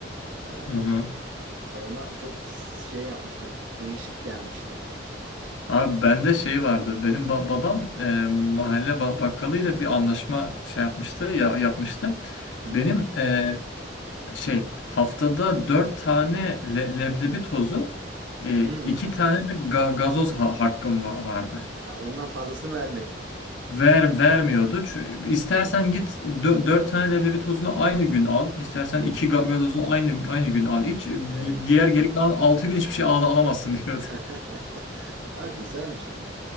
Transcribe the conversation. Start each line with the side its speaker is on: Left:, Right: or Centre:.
Right: E,
Left: Hı hı.
Right: ona çok şey yapmıştı. Değişik gelmişti.
Left: Abi bende şey vardı. Benim ba- babam e, mahalle ba- bakkalıyla bir anlaşma şey yapmıştı ya yapmıştı.
Right: Hı hı.
Left: Benim e, şey haftada dört tane le- leblebi tozu, e,
Right: Hmm.
Left: iki tane de ga- gazoz ha- hakkım va- vardı.
Right: Ha, ondan fazlasını verme diyor.
Left: Ver vermiyordu. Çünkü istersen git dö- dört tane leblebi tozunu aynı gün al. İstersen
Right: Hı
Left: iki
Right: hı.
Left: ga- gazozu aynı aynı gün al iç. Di-
Right: Evet.
Left: Diğer geri kalan altı gün hiçbir şey al alamazsın <laughs> diyordu.
Right: <laughs> Ha, güzelmiş ama.